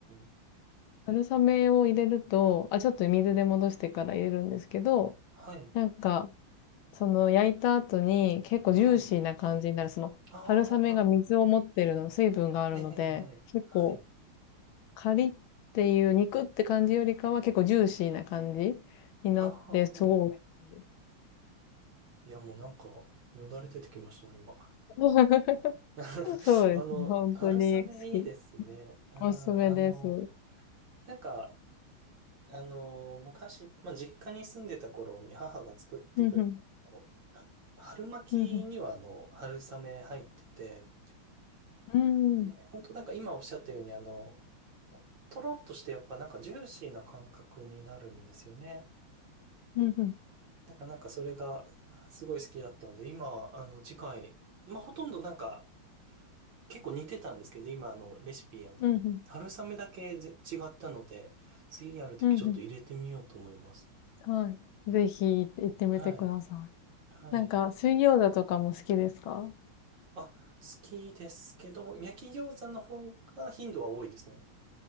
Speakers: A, on the right; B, on the left.
A: え
B: 春雨を入れると、あ、ちょっと水で戻してから入れるんですけど、
A: はい、
B: なんか、その焼いた後に結構ジューシーな感じになる。
A: はい。
B: その、
A: ああ、
B: 春雨が水を持ってるの、水分があるので、
A: ええええはい。
B: 結構カリっていう肉って感じよりかは結構ジューシーな感じになって、
A: ああ、
B: すごい美味しいで
A: いや、もうなんか、よだれ出てきましたもん、今。
B: す。<laughs>
A: <laughs>
B: そうですね。
A: あの、
B: 本当に好き。
A: 春雨いいですね。うん、
B: おすすめです。
A: あの、なんか、あの、昔、まあ、実家に住んでた頃に母が作ってくれたあの、
B: うん。
A: あ春巻きにはあの、
B: うんうん。
A: 春雨入ってて、
B: うん。
A: で、本当なんか今おっしゃったようにあの、とろっとしてやっぱなんかジューシーな感覚になるんですよね。
B: うんうん。
A: だからなんかそれがすごい好きだったので、今、あの、次回、まあ、ほとんどなんか結構似てたんですけど、今あの、レシピ、あの、
B: うんうん。
A: 春雨だけぜ違ったので、次やるときちょっと入れてみようと思います。
B: うんうんはい。ぜひ行ってみてください。
A: はい。はい。
B: なんか、水餃子とかも好きですか
A: あ、好きですけど、焼き餃子の方が頻度は多いですね。